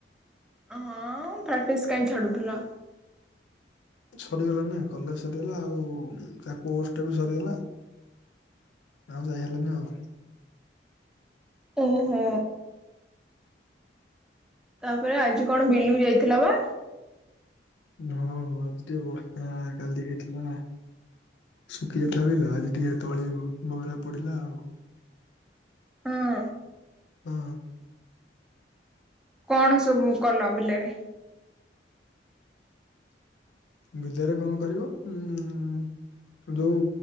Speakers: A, in the centre; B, on the left.
A: ହଁ ପ୍ରାକ୍ଟିସ୍ କାଇଁ ଛାଡୁଥିଲ।
B: ସରିଗଲାନି ନା କଲେଜ ସରିଗଲା ଆଉ ତା କୋସ ଟା ବି ସରିଗଲା ଆଉ ଯାଇ ହେଲାନି ଆଉ।
A: ଓ ହୋ। ତାପରେ ଆଜି କଣ ବିଲୁକୁ ଯାଇଥିଲ ବା।
B: ହଁ ହଁ ଆଜି ଟିକେ ବର୍ଷା କାଲି ହେଇଥିଲା, ଶୁଖି ଯାଇଥିଲା ବିଲ ଆଜି ଟିକେ ତଳି ବଗରା ପଡିଲା ଆଉ।
A: ହଁ।
B: ହଁ।
A: କଣ ସବୁ କଲ ବିଲରେ?
B: ବିଲରେ କଣ କରିବ ଉ ଯୋଉ